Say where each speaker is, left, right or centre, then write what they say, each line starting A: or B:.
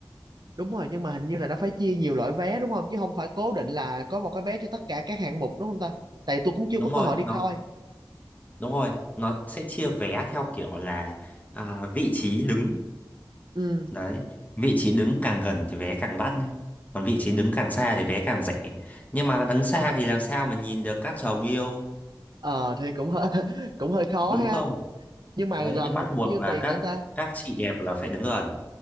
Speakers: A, on the right; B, on the left.
A: đúng rồi nhưng mà hình như là nó phải chia nhiều loại vé đúng không chứ không phải cố định là có một cái vé cho tất cả các hạng mục đúng không ta tại tôi cũng
B: đúng
A: chưa có
B: rồi
A: cơ hội đi
B: nó
A: coi
B: Đúng rồi, nó sẽ chia vé theo kiểu là à, vị trí đứng.
A: ừ
B: Đấy, vị trí đứng càng gần thì vé càng đắt nhé. Còn vị trí đứng càng xa thì vé càng rẻ. Nhưng mà đứng xa thì làm sao mà nhìn được các chồng yêu,
A: ờ thì cũng hơi <laughs> cũng hơi khó
B: đúng
A: ha
B: không?
A: nhưng mà
B: Đấy,
A: gần
B: thì bắt buộc
A: như
B: là
A: tiền
B: các
A: lận ta
B: các chị đẹp là phải đứng gần.